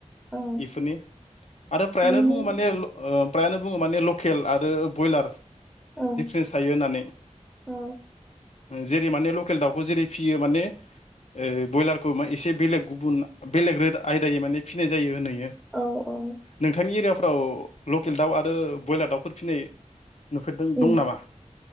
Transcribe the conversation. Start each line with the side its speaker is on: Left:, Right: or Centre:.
Centre: औ
Left: एफोरनि आरो फ्रायानो
Centre: बिनि
Left: बुङो माने ल ओ फ्रायानो बुङो माने लकेल आरो बयलार
Centre: औ औ
Left: दिफारेन्स थायो होननानै
Centre: औ
Left: जेरै माने लकेल दाउखौ जेरै फियो माने ओ बयलारखौ मान एसेब बेलेग गुबुन बेलेग रोद आयदायै माने फिनाय जायो होनहैयो
Centre: औ औ
Left: नोंथांनि एरियायाव औऔ लकेल दाउ आरो बयलार दाउफोर फिनाय नुफेरदों
Centre: ओं
Left: दं नामा